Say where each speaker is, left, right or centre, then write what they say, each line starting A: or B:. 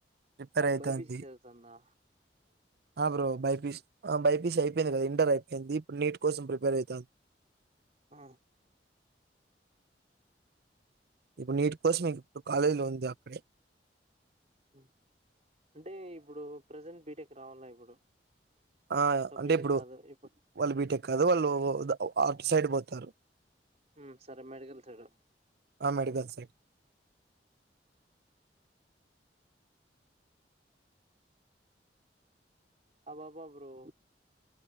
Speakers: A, on the right; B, on the right.
A: ప్రిపేర్
B: అమే
A: అయితాంది.
B: బై పి సి చదువుతందా
A: ఆ బ్రో బైపీస్ బైపీసి అయిపోయింది
B: ఆ
A: కదా ఇంటర్ అయిపోయింది ఇప్పుడు నీట్ కోసం ప్రిపేర్ అయితంది
B: ఆ
A: ఇప్పుడు నీట్ కోసం ఇప్పుడు కాలేజీలో ఉంది అక్కడే
B: ఉమ్ అంటే ఇప్పుడు ప్రజెంట్ బీటెక్ రావల్నా ఇప్పుడు
A: ఆ
B: సో
A: అంటే
B: బీటెక్
A: ఇప్పుడు
B: కాదు ఇప్పుడు
A: వాళ్ళు బీటెక్ కాదు వాళ్ళు అటు సైడ్ పో తారు
B: ఉమ్ సరే మెడికల్ సైడ్
A: ఆ! Medical side.
B: అబ బా బ్రో